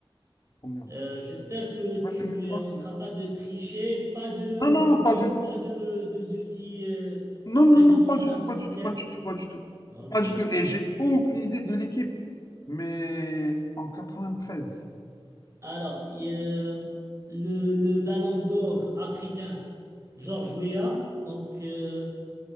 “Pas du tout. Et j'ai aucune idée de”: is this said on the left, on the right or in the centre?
Left